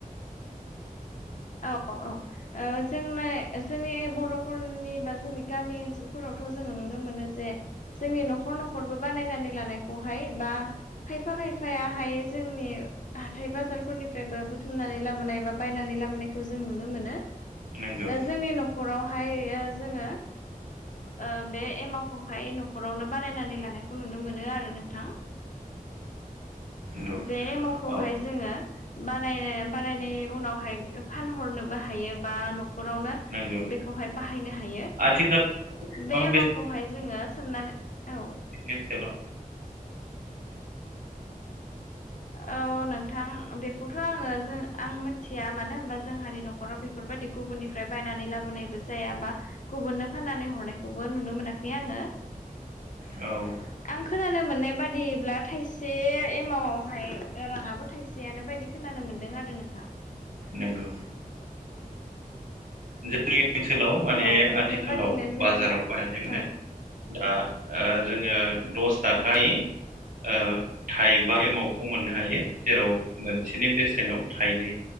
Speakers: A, on the left; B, on the right.
A: औ औ औ जोंनि जोंनि बर'फोरनि बा जोंनि गामि ओनसोलफोरावथ' जोङो नुनो मोनो जे जोंनि न'खर न'खरबो बानायनानै लानायखौहाय बा खायफा खायफायाहाय जोंनि हाथाय बाजारफोरनिफ्रायबो बुथुमनानै लाबोनाय बा बायनानै लाबोनाय खौ जों नुनो मोनो
B: नंगौ
A: जोंनि नखरावहाय जोङो ओ बे एमावखौहाय न'खरावनो बानायनानै लानायखौ नुनो मोनो आरो नोंथां
B: नंगौ
A: बे एमावखौहाय
B: औ
A: जोङो बानाय बानायनायनि उनावहाय फानहरनोबो हायो बा नखरावनो
B: नंगौ
A: बेखौहाय बाहायनो हायो
B: आथिखाल गोबां
A: बे एमावखौहाय जोङो सोंमनानै औ
B: नि ओनसोलाव
A: औ नोंथां बेखौथ आङो जों आं मिथिया मानो होनोमबा जोंहानि नखराव बेफ फोरबायदि गुबुननिफ्राय बायनानै लाबोनायबो जायाबा गुबुननो फाननानै हरनायखौबो नुनो मोनाखै आङो
B: औ
A: आं खोनानो मोननाय बादिब्ला थाइसे एमावआव हाय राङाबो थाइसेयानो बायदि खोनानो मोन्दों आरो नोंथां
B: नंगौ जोंनि ओनसोलाव माने
A: औ बेफोरबादिनो
B: आथिखालाव
A: जोंनि
B: बाजाराव बायनानै मोनो
A: औ
B: दा जोङो दस थाखानि
A: औ
B: ओ थाइबा एमावखौ मोननो हायो जेराव मोनसेनि बेसेनाव थाइनै